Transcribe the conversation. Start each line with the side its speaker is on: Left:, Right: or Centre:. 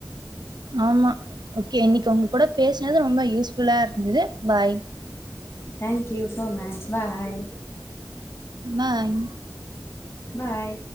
Right: ஆமா ஓகே இன்னைக்கு உங்க கூட பேசினது ரொம்ப யூஸ்ஃபுல்லா இருந்தது bye
Left: thank you so much bye
Right: bye
Left: bye